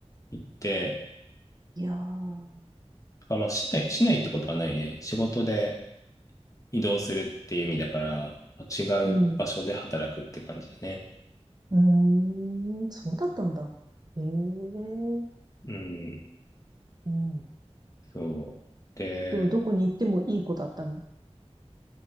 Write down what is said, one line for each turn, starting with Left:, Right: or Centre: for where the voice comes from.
Left: 行って、
Right: いやー、
Left: まあ、まあ、市内、市内ってことはないね。仕事で移動するっていう意味だから、まあ違う場所で働くって感じだね。
Right: うん。うーん、そうだったんだ。ええう
Left: うん、
Right: ん。
Left: そう。で、
Right: でも、どこに行ってもいい子だったの